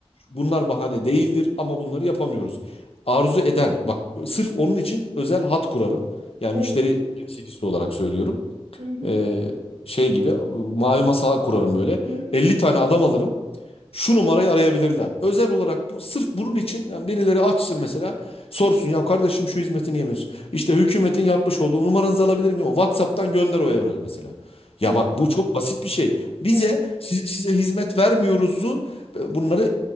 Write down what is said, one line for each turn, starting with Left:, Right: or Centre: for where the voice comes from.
Left: Bunlar bahane değildir ama bunları yapamıyoruz. Arzu eden bak sırf onun için özel hat kurarım. Yani
Right: Evet.
Left: müşteri temsilcisi olarak söylüyorum.
Right: Hı hı.
Left: Ee, şey gibi mavi masa kurarım böyle.
Right: Hı hı.
Left: elli tane adam alırım şu numarayı arayabilirler. Özel olarak bu sırf bunun için yani birileri açsın mesela sorsun ya kardeşim şu hizmeti niye veriyorsun? İşte hükümetin yapmış olduğu numaranızı alabilir miyim? WhatsApp'tan gönder o evrağı mesela. Ya
Right: Evet.
Left: bak bu çok basit bir şey. Bize
Right: Evet.
Left: siz- size hizmet vermiyoruzu Bunları